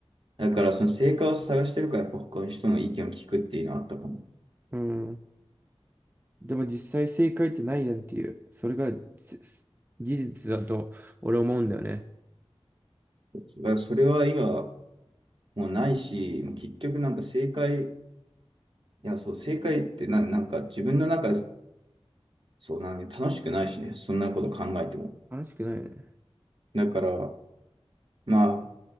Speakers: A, on the right; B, on the right.
A: だからその正解を探してるから、やっぱ他の人の意見を聞くっていうのはあったかも。
B: うん。でも実際正解ってないやんっていう、それがじ事実だと俺思うんだよね。
A: そだからそれは今、もうないし、もう結局なんか正解、いや、そう、正解ってな、なんか自分の中、そうなん楽しくないしね、そんなこと考えても。
B: 楽しくないよね。
A: だから、まあ、